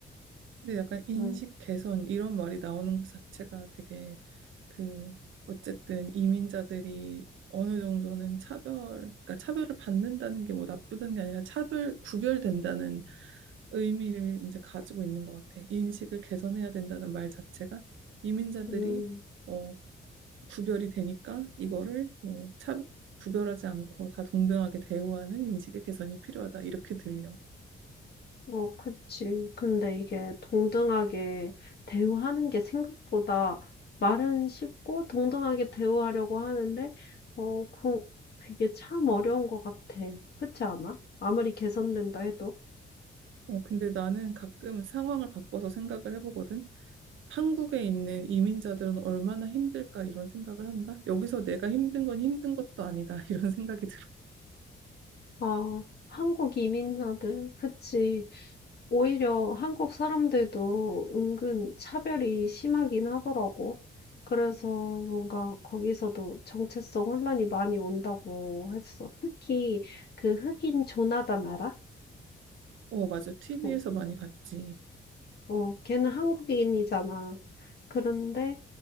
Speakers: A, on the right; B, on the left.
A: 근데 약간 인식
B: 음.
A: 개선 이런 말이 나오는 것 자체가 되게 그 어쨌든 이민자들이 어느 정도는 차별, 그러니까 차별을 받는다는 게 뭐 나쁘다는 게 아니라 차별, 구별된다는 의미를 이제 가지고 있는 것 같아. 인식을 개선해야 된다는 말 자체가 이민자들이
B: 음.
A: 어, 구별이 되니까 이거를 뭐 차, 구별하지 않고 다 동등하게 대우하는 인식의 개선이 필요하다. 이렇게 들려.
B: 어, 그치. 근데 이게 동등하게 대우하는 게 생각보다 말은 쉽고 동등하게 대우하려고 하는데, 어, 그, 그게 참 어려운 것 같아. 그렇지 않아? 아무리 개선된다 해도.
A: 어, 근데 나는 가끔 상황을 바꿔서 생각을 해보거든. 한국에 있는 이민자들은 얼마나 힘들까 이런 생각을 한다. 여기서 내가 힘든 건 힘든 것도 아니다. <laughs> 이런 생각이 들어.
B: 아, 한국 이민자들, 그치. 오히려 한국 사람들도 은근 차별이 심하긴 하더라고. 그래서 뭔가 거기서도 정체성 혼란이 많이 온다고 했어. 특히 그 흑인 조나단 알아?
A: 어, 맞아. TV에서
B: 어,
A: 많이 봤지.
B: 어, 걔는 한국인이잖아. 그런데